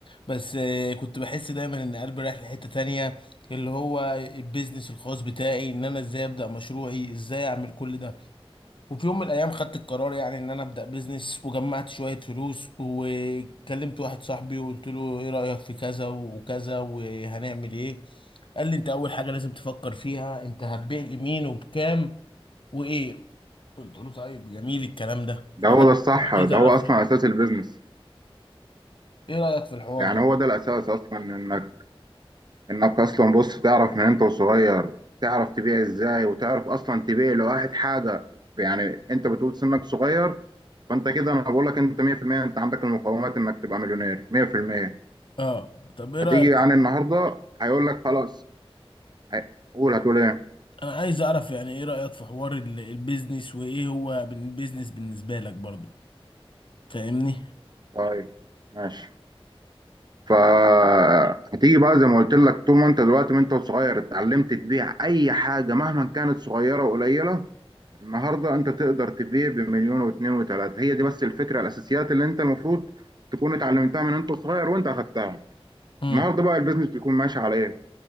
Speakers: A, on the left; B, on the right.
A: بس آه، كنت بحس دايما إن قلبي رايح لحتة تانية اللي هو البيزنس الخاص بتاعي إن أنا إزاي أبدأ مشروعي إزاي أعمل كل ده وفي يوم من الايام خدت القرار يعني ان انا ابدا بيزنس وجمعت شويه فلوس وكلمت واحد صاحبي وقلت له ايه رايك في كذا وكذا وهنعمل ايه قال لي انت اول حاجه لازم تفكر فيها انت هتبيع لمين وبكام وايه قلت له طيب جميل الكلام ده فانا
B: ده هو ده الصح
A: عايز اعرف
B: ده هو اصلا
A: رايك
B: اساس البيزنس
A: ايه رايك في الحوار
B: يعني
A: ده
B: هو ده الاساس اصلا انك انك اصلا بص تعرف من انت وصغير تعرف تبيع ازاي وتعرف اصلا تبيع لواحد حاجه يعني انت بتقول سنك صغير فانت كده انا بقول لك انت 100% انت عندك المقومات انك تبقى مليونير 100%
A: اه طب ايه
B: هتيجي
A: رايك
B: يعني النهارده هيقول لك خلاص هي- قول هتقول ايه
A: انا عايز اعرف يعني ايه رايك في حوار ال- البيزنس وايه هو بن- البيزنس بالنسبه لك برضو فاهمني
B: طيب ماشي فهتيجي بقى زي ما قلت لك طول ما انت دلوقتي وانت صغير اتعلمت تبيع اي حاجه مهما كانت صغيره وقليله النهارده انت تقدر تبيع بمليون واتنين وتلاته هي دي بس الفكره الاساسيات اللي انت المفروض تكون اتعلمتها من انت صغير وانت اخدتها
A: امم
B: النهارده بقى البيزنس بيكون ماشي على ايه؟